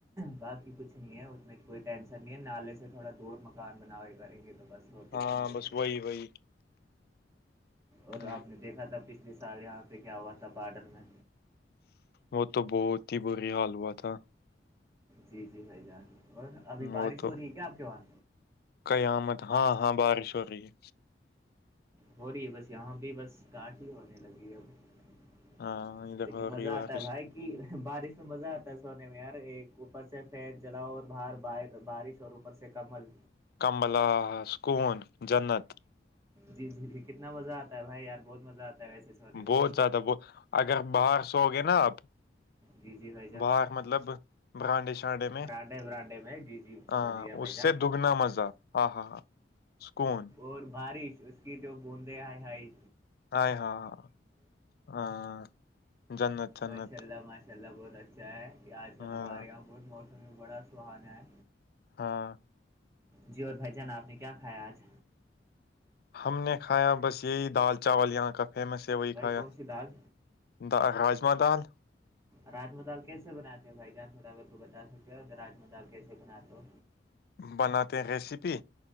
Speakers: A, on the right (about 15°); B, on the left (about 60°).
A: باقی کچھ نہیں ہے ات میں کوئی ٹینشن نہیں ہے نالے سے تھوڑا دور مکان بنا ہوئے کریں گے تو بس اور کچھ
B: ہاں
A: نہیں بھائی
B: بس وہی وہی
A: اور
B: ہاں
A: آپ نے دیکھا تھا پچھلے سال یہاں پہ کیا ہوا تھا بارڈر میں
B: وہ تو بہت ہی بری حال ہوا تھا
A: جی جی بھائی جان اور ابھی بارش
B: وہ تو
A: ہو رہی ہے کیا آپ کے وہاں
B: قیامت ہاں ہاں بارش ہو رہی ہے
A: ہو رہی ہے بس یہاں بھی بس کاٹ ہی ہونے لگی ہے اب
B: ہاں ادھر
A: لیکن
B: ہو
A: مزہ
B: رہی بارش
A: آتا ہے بھائی کہ بارش میں مزہ آتا ہے سونے میں یار ایک اوپر سے پید جلاؤ اور باہر ب بارش اور ا ار سے کمل
B: کمبلا سکون جنت
A: جی جی جی کتنا مزہ آتا ہے بھائی یار بہت مزہ آتا ہے ویسے سونے بھی
B: بہت
A: نہیں
B: زیادہ وہ اگر باہر سو گے نا آپ
A: جی جی بھائی جان
B: باہغ مطلب برانڈے شانڈے میں
A: براڈے براڈے میں جی جی
B: ہاں
A: سمجھ گیا بھائی
B: اس
A: جان
B: سے دگنا مزہ ہاں ہاں ہاں سکون
A: اور بارش اس کی جو بوندیں ہائی ہائی
B: ہ ہاں ہاں ہاں جنت جنت
A: ماشاء اللہ ماشاء اللہ بہت اچھا ہے یہ آج کل
B: ہاں
A: ہمارے یہاں بہت موسم بڑا سہانا ہے
B: ہاں
A: جی اور بھائی جان آپ نے کیا کھایا آج
B: ہم نے کھایا بس یہی دال چاول یہاں کا فیمس ہے وہی
A: بھائی
B: کھایا
A: کون سی دال
B: دا راجما دال
A: راجما دال کیسے بناتے ہو بھائی جان تھوڑا اگر کو بتا سکتے ہو تو راما دال کیسے بناتے ہو
B: بناتے ریسیپی